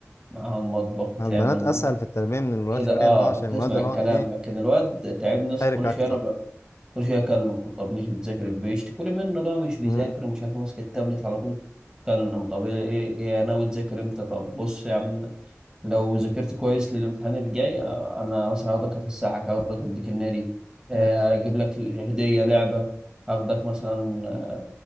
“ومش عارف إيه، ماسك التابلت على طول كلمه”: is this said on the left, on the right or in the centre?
Right